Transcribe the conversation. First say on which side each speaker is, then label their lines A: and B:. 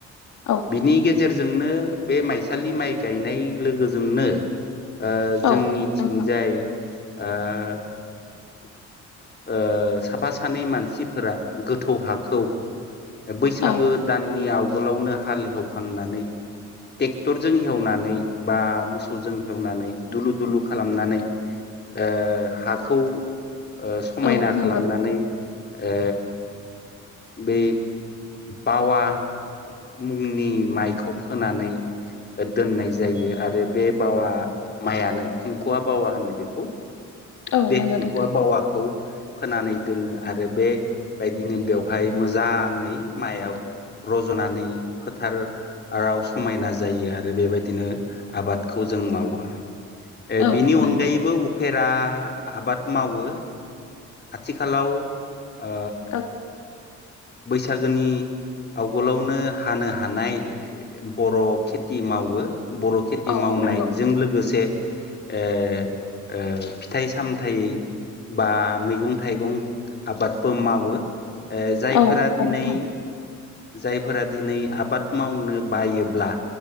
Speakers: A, on the left (about 75°); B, on the left (about 35°).
A: औ
B: बिनि गेजेराव गेजेरजोंनो बे माइसालि माइ गायनाय लोगोजोंनो ओ
A: औ
B: जोंनिथिंजाय
A: नोंथां।
B: ओ <inaudible> ओ साफा सानै मानसि फोरा गोथौ हाखौ बैसागो
A: औ
B: दाननि आव आगोलावनो हालेवखांनानै ट्रेक्टरजों हेवनानै बा मोसौजों हेवनानै दुलु दुलु खालामनानै ओ हाखौ ओ समायना
A: औ
B: खालामनानै
A: नंगौ
B: ओ बेै बावा मुंनि माइखौ फोनानै दोननाय जायो आरो बे बावा माइयानो खंख'आ बावा होनो बेखौ
A: औ
B: बे
A: नंगौ
B: खंखु'आ
A: नोंथां
B: बावाखौ फोनानै दोनो आरो बेबायदिनो बेवहाय मोजाङै माइआव रज'नानै फोथार समायना जायो आरो बेबायदिनो आबादखौ जों मावो ए
A: औ
B: बिनि
A: नंगौ
B: अनगायैबो फेरा आबाद मावो, आथिखालाव ओ
A: औ
B: बैसागोनि आवगोलावनो हानो हानाय बर' खेथि मावो। बर' खेथि
A: औ
B: मावनायजों
A: नंगौ
B: लोगोसे ओ ओ फिथाइ सामथाय बा मैगं थाइगं आबादबो मावो जायफोरा
A: औ
B: दिनै
A: नोंथां
B: जायफोरा दिनै आबाद मावनो बायोब्ला